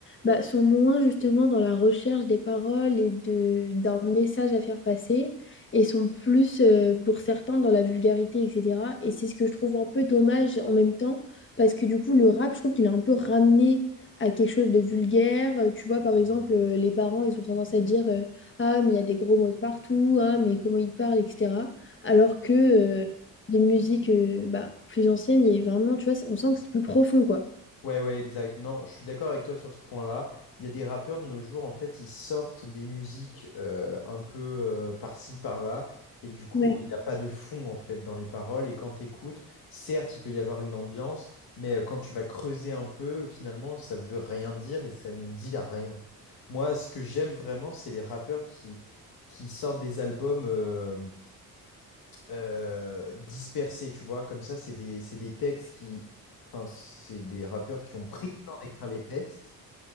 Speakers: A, on the left (about 30°); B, on the left (about 75°).
A: bah, sont moins justement dans la recherche des paroles et de, d'un message à faire passer, et sont plus euh, pour certains dans la vulgarité, etc. Et c'est ce que je trouve un peu dommage en même temps, parce que du coup, le rap, je trouve qu'il est un peu ramené à quelque chose de vulgaire. Euh, Tu vois, par exemple, euh, les parents, ils ont tendance à dire euh, Ah, mais il y a des gros mots de partout, ah, mais comment ils parlent, etc. Alors que... euh, les musiques euh, bah, plus anciennes, il y a vraiment, tu vois, on sent que c'est plus profond, quoi.
B: Ouais, ouais, exact. Non, je suis d'accord avec toi sur ce point-là. Il y a des rappeurs de nos jours, en fait, ils sortent des musiques euh, un peu euh, par-ci, par-là, et du coup,
A: Ouais.
B: il n'y a pas de fond, en fait, dans les paroles. Et quand tu écoutes, certes, il peut y avoir une ambiance, mais euh, quand tu vas creuser un peu, finalement, ça veut rien dire et ça ne dit rien. Moi, ce que j'aime vraiment, c'est les rappeurs qui, qui sortent des albums. euh, euh, dispersés, tu vois, comme ça, c'est des, c'est des textes qui... Enfin, c'est des rappeurs qui ont pris le temps d'écrire les textes,